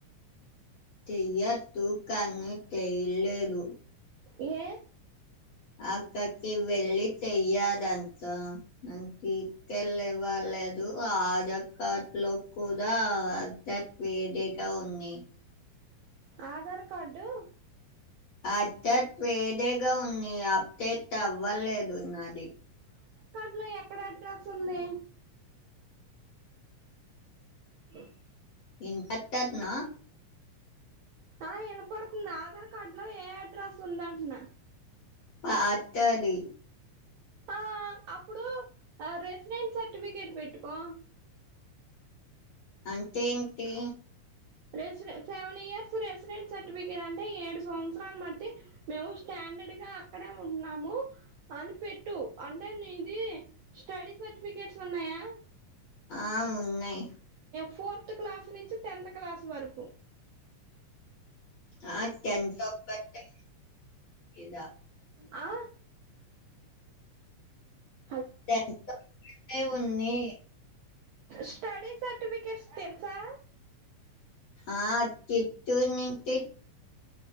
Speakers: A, on the left; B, on the right.
A: తయ్యదుూ కాన్ని తెయ్ లేదు
B: ఏ
A: అక్కకి వెళ్ళి తెయ్యదంతా అ ఇక్కెళ్ళ ఇవ్వలేదు ఆదక్కట్లో కూడా అన్ తే వేరేగా ఉంది
B: ఆధార్ కార్డు
A: అధత్వేదేగా ఉంది అప్డేట్ అవ్వలేదు నాది
B: ట్లో ఎక్కడ అడ్రస్ ఉంది అ
A: ఇన్ంతట్టన్నా
B: ఆ వినపడుతుంది ఆధార్ కార్డు లో ఏ అడ్రస్ ఉందంఅట్న
A: ఆ అట్టది
B: ఆ అప్పుడు రెసిడెన్ట్ సర్టిఫికెట్ పెట్టుకో
A: అంటేంటి
B: రెసిడె సెవెన్ ఇయర్స్ రెసిడెంట్ సర్టిఫికెట్ అంటే ఏడు సంవత్సరాాల మట్టి మేము స్టాండర్డ్గా అక్కడే ఉంటున్నాము అని పెట్టు అంటే నీది స్టడీ సర్టిఫికెట్స్ ఉన్నాయా
A: ఆ ఉన్నాయి్
B: ఫోర్త్ క్లాస్ నుంచి టెన్త్ క్లాస్ వరకు
A: ఆ టెన్త్ ఒక్కటే ఏదా
B: ఆ కా
A: టెన్త్ ఒక్కటి ఉంది
B: స్టడీ సర్టిఫికేట్స్ తెల్సా
A: ఆ చిత్తూరు నుంచి